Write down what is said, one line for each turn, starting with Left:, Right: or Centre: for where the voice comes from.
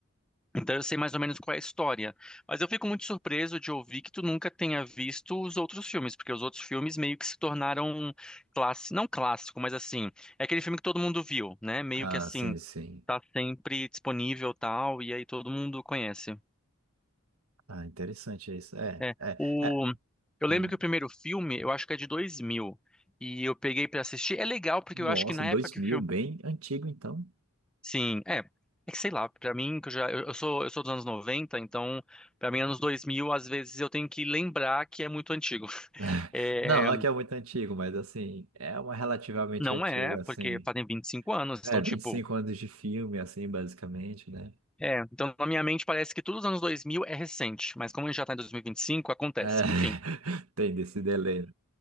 Centre: Então eu sei mais ou menos qual é a história. Mas eu fico muito surpreso de ouvir que tu nunca tenha visto os outros filmes, porque os outros filmes meio que se tornaram clássico, não clássico, mas assim, é aquele filme que todo mundo viu, né? Meio
Right: Ah,
Centre: que assim,
Right: sim, sim.
Centre: tá sempre disponível tal, e aí todo mundo conhece.
Right: Ah, interessante isso. É,
Centre: É,
Right: é,
Centre: o...
Right: é.
Centre: Eu lembro
Right: Hum.
Centre: que o primeiro filme, eu acho que é de 2000, e eu peguei pra assistir. É legal, porque
Right: Nossa,
Centre: eu acho que na
Right: dois
Centre: época que
Right: mil,
Centre: o filme...
Right: bem antigo então.
Centre: Sim, é. É que sei lá, pra mim, que eu já. Eu, eu sou, eu sou dos anos 90 então, pra mim, anos 2000 às vezes eu tenho que lembrar que é muito antigo. <laughs>
Right: <laughs>
Centre: É,
Right: Não, não é que é muito antigo, mas assim, é uma relativamente
Centre: não
Right: antiga,
Centre: é,
Right: assim.
Centre: porque fazem 25 anos,
Right: É,
Centre: então,
Right: vinte
Centre: tipo.
Right: e cinco anos de filme, assim, basicamente, né?
Centre: É, então na minha mente parece que tudo os anos 2000 é recente, mas como a gente já tá em dois mil e e vinte e cinco acontece.
Right: É,
Centre: Enfim,
Right: <laughs> tem desse delay.